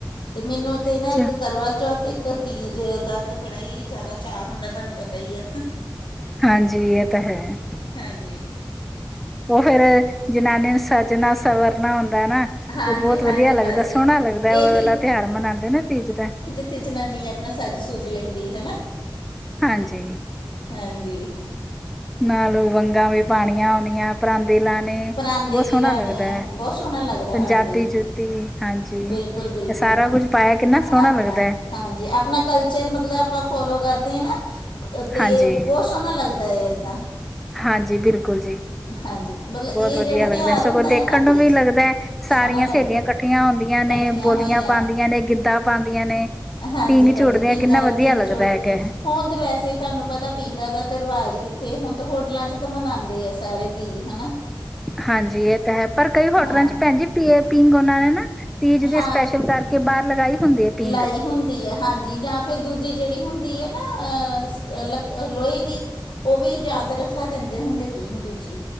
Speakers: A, on the left; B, in the centre.
A: ਤੇ ਮੈਨੂੰ ਤੇ
B: ਹੈ
A: ਨਾ ਇੱਕ ਕਰਵਾ ਚੌਥ ਇੱਕ ਤੀਜ ਦਾ ਤਾਂ ਬੜਾ ਹੀ ਜ਼ਿਆਦਾ ਚਾਅ ਹੁੰਦਾ ਤੁਹਾਨੂੰ ਪਤਾ ਹੀ ਆ।
B: ਹਾਂਜੀ। ਇਹ ਤਾਂ ਹੈ।
A: ਹਾਂਜੀ
B: ਉਹ ਫੇਰ ਜਨਾਨੀ ਨੂੰ ਸਜਣਾ ਸਵਰਨਾ ਹੁੰਦਾ ਨਾ।
A: ਹਾਂਜੀ
B: ਉਹ ਬਹੁਤ
A: ਹਾਂਜੀ
B: ਵਧੀਆ ਲੱਗਦਾ
A: ਬਸ ਇਹੀ
B: ਸੋਹਣਾ ਲੱਗਦਾ ਉਹ ਤਿਉਹਾਰ ਮਨਾਉਦੇ ਨਾ ਤੀਜ ਦਾ
A: ਇੱਥੇ ਜਨਾਨੀ ਆਪਣਾ ਸਜ ਸੁਜ ਲੈਂਦੀ ਹਨਾ
B: ਹਾਂਜੀ
A: ਹਾਂਜੀ
B: ਨਾਲ ਵੰਗਾਂ ਵੀ ਪਾਉਣੀਆਂ ਹੁਣੀਆ। ਪਰਾਂਦੇ ਲਾਉਣੇ
A: ਪਰਾਂਦੇ
B: ਬਹੁਤ
A: ਵੀ
B: ਸੋਹਣਾ
A: ਲਾਣੇ
B: ਲੱਗਦਾ ਹੈ
A: ਆ ਬਹੁਤ ਸੋਹਣਾ ਲੱਗਦਾ
B: ਪੰਜਾਬੀ
A: ਹਾਂਜੀ
B: 'ਚ ਹਾਂਜੀ।
A: ਬਿਲਕੁਲ ਬਿਲਕੁਲ
B: ਸਾਰਾ ਕੁਝ ਪਾਇਆ ਕਿੰਨਾ ਸੋਹਣਾ
A: ਆਪਣਾ
B: ਲੱਗਦਾ ਹੈ।
A: ਹਾਂਜੀ ਆਪਣਾ ਕਲਚਰ ਮਤਲਬ ਆਪਾਂ ਫੋਲੋ ਕਰਦੇ ਹਾਂ ਨਾ ਅਤੇ
B: ਹਾਂਜੀ
A: ਬਹੁਤ ਸੋਹਣਾ ਲੱਗਦਾ ਹੈ ਇੱਦਾਂ
B: ਹਾਂਜੀ। ਬਿਲਕੁਲ ਜੀ
A: ਹਾਂਜੀ ਮਤਲਬ
B: ਬਹੁਤ
A: ਇਹ
B: ਵਧੀਆ
A: ਜਿਹੜਾ ਤਿਉਹਾਰ
B: ਲੱਗਦਾ ਸਗੋਂ
A: ਹੁੰਦਾ
B: ਦੇਖਣ
A: ਹੈ ਨਾ
B: ਨੂੰ
A: ਤੀਜ
B: ਵੀ ਲੱਗਦਾ ਹੈ।
A: ਸੋਹਣਾ
B: ਸਾਰੀਆਂ
A: ਲੱਗਦਾ
B: ਸਹੇਲੀਆਂ ਇਕੱਠੀਆਂ ਹੁੰਦੀਆਂ
A: ਇਕੱਠੀਆਂ
B: ਨੇ ਬੋਲੀਆਂ
A: ਹੋਈਆਂ
B: ਪਾਉਂਦੀਆਂ ਨੇ ਗਿੱਧਾ ਪਾਉਂਦੀਆਂ ਨੇ
A: ਹਾਂਜੀ
B: ਪੀਂਘ
A: ਹਾਂਜੀ
B: ਝੂਟਦੇ
A: ਪੀਂਘਾਂ
B: ਆ ਕਿੰਨਾ ਵਧੀਆ
A: ਪੀਂਘ
B: ਲੱਗਦਾ
A: ਝੋਟਦੀਆਂ
B: ਹੈ ਕ
A: ਹੁਣ ਤਾਂ ਵੈਸੇ ਹੀ ਤੁਹਾਨੂੰ ਪਤਾ ਪੀਂਘਾਂ ਦਾ ਤਾਂ ਰਿਵਾਜ਼ ਕਿੱਥੇ ਹੁਣ ਤਾਂ ਹੋਟਲਾਂ ਚ ਤਾਂ ਮਨਾਉਂਦੇ ਆ ਸਾਰੇ। ਤੀਜ ਹਨਾ
B: ਹਾਂਜੀ। ਇਹ ਤਾਂ ਹੈ ਪਰ ਕਈ ਹੋਟਲਾਂ
A: ਹਾਂ
B: ਚ ਭੈਣ ਜੀ ਪੀ ਪੀਗ ਉਹਨਾਂ ਨੇ ਨਾ ਤੀਜ ਦੇ
A: ਹਾਂ
B: ਸਪੈਸ਼ਲ ਕਰਕੇ ਬਾਹਰ ਲਗਾਈ। ਹੁੰਦੀ ਹੈ ਪੀਂਗ
A: ਲਾਈ ਹੁੰਦੀ ਆ। ਹਾਂਜੀ। ਜਾਂ ਫਿਰ ਦੂਜੀ ਜਿਹੜੀ ਹੁੰਦੀ ਹੈ ਨਾ ਲੋਹੇ ਦੀ ਉਹ ਵੀ ਜਾਂ ਤਾਂ ਰੱਖਾ ਦਿੰਦੇ ਹੁੰਦੇ ਪੀਗ ਦੂਜੀ